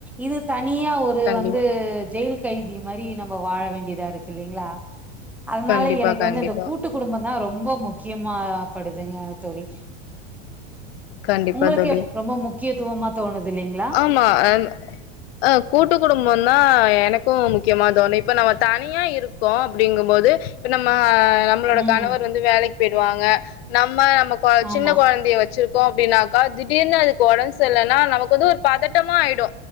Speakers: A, in the centre; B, on the left (about 70°).
A: இது தனியா ஒரு
B: கண்டிப்பா
A: வந்து ஜெயில் கைதி மாரி நம்ம வாழ வேண்டியதா இருக்கு இல்லலைங்ளா அதனால
B: கண்டிப்பா
A: எனக்கு
B: கண்டிப்பா
A: வந்து அந்த கூட்டு ட்டு குடும்பந்தாஈ ரொம்ப முக்கியமா படுதுங்க தோழி
B: கண்டிப்பா
A: உங்களுக்கே
B: தோழி
A: ரொம்ப முக்கியத்துவமா தோணுது இல்லைங்ளா
B: ம்மா அன் ஆ கூட்டு குடும்போனா எனக்கு முக்கியமா தோணு இப்ப நம்ம தனியா இருக் கோ அப்டிங்கும்போது இப்ப நம்ம நம் நம்மளோட
A: ம்
B: கணவர் வந்து வேலைக்கு போயிருவாங்க நம்ம நம்ம கொ
A: ஆமா
B: சின்ன கொழந்தைய வச்சுக்கிட் கோ அப்டினாக்கா திடீர்னு அதுக்கு ஒடம்பு செர்லனா நமக்கு வந்து ஒரு பதட்டமா ஆயிடு